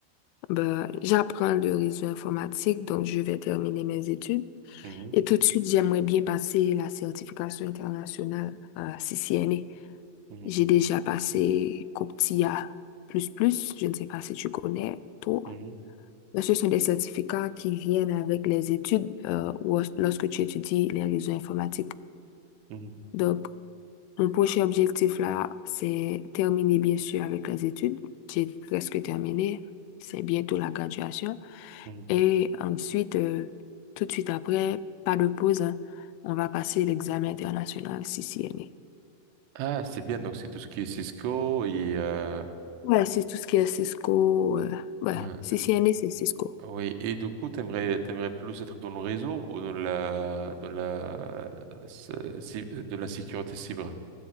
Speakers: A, on the left (about 80°); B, on the right (about 70°).
A: Ben, j'apprends le réseau informatique, donc je vais terminer mes études.
B: Mhm,
A: Et tout de suite, j'aimerais bien passer la certification internationale à CCNA.
B: mhm,
A: J'ai déjà passé comptia plus plus je ne sais pas si tu connais, toi.
B: mhm,
A: Mais ce sont des certificats qui viennent avec les études euh, ou lorsque tu étudies les réseaux informatiques.
B: mhm,
A: Donc, mon prochain objectif là, c'est terminer bien sûr avec les études. J'ai presque terminé. C'est bientôt la graduation.
B: mhm. Mhm.
A: Et ensuite, euh, tout de suite après, pas de pause, hein, on va passer l'examen international CCNA.
B: Ah, c'est bien. Donc c'est tout ce qui est Cisco et euh,
A: Ouais, c'est tout ce qui est Cisco. euh, ouais,
B: euh,
A: CCNA, c'est Cisco.
B: oui. Et du coup, t'aimerais t'aimerais plus être dans le réseau ou dans la dans la euh, cy- de la sécurité cyber